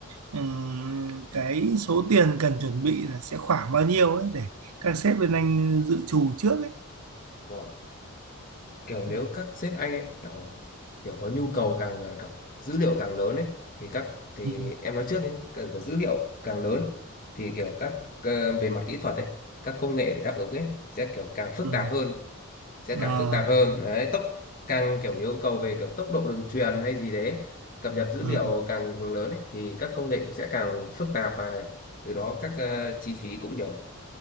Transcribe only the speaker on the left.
vâng. kiểu nếu
các sếp anh ấy, kiểu kiểu có nhu cầu càng ờ, kiểu dữ liệu càng lớn ấy thì các thì
em nói trước ấy, kiểu, kiểu dữ liệu càng lớn thì kiểu các ờ, về mặt kỹ thuật ấy các công nghệ để đáp ứng ấy sẽ kiểu càng phức
tạp hơn sẽ
càng phức tạp hơn đấy tốc càng kiểu yêu cầu về kiểu tốc độ đường truyền hay gì đấy cập nhật dữ
liệu càng lớn ấy thì các công nghệ cũng sẽ càng phức tạp và từ đó các ờ, chi phí cũng kiểu